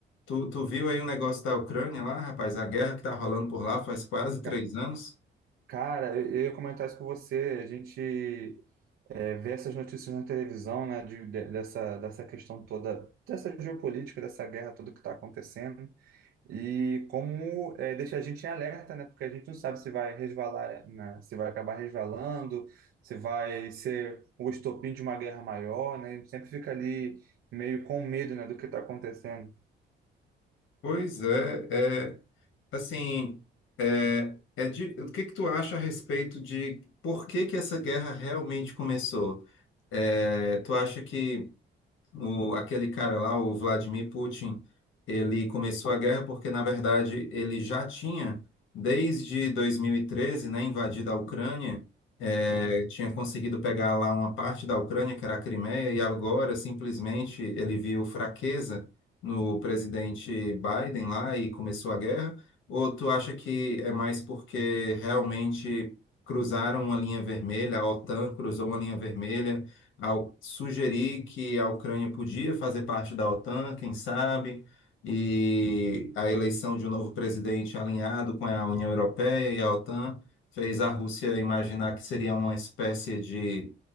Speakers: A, on the left (about 80°); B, on the right (about 75°).
A: Tu, tu viu aí o negócio da Ucrânia lá, rapaz? A guerra que tá rolando por lá faz quase três
B: Ca-
A: anos?
B: Cara, eu eu ia comentar isso com você. A gente é, vê essas notícias na televisão, né? De, de- dessa, dessa questão toda, dessa geopolítica, dessa guerra toda que está acontecendo. E como é, deixa a gente em alerta, né? Porque a gente não sabe se vai resvalar, né? Se vai acabar resvalando, se vai ser o estopim de uma guerra maior, né? A gente sempre fica ali meio com medo, né, do que está acontecendo.
A: Pois é, é. Assim, é, é de- o que que tu acha a respeito de por que que essa guerra realmente começou? É, tu acha que o, aquele cara lá, o Vladimir Putin, ele começou a guerra porque, na verdade, ele já tinha, desde 2013, né, invadido a Ucrânia, eh,
B: Uhum.
A: tinha conseguido pegar lá uma parte da Ucrânia, que era a Crimeia, e agora, simplesmente, ele viu fraqueza no presidente Biden lá e começou a guerra? Ou tu acha que é mais porque realmente cruzaram uma linha vermelha, a OTAN cruzou uma linha vermelha? ao sugerir que a Ucrânia podia fazer parte da OTAN, quem sabe, e a eleição de um novo presidente alinhado com a União Europeia e a OTAN fez a Rússia imaginar que seria uma espécie de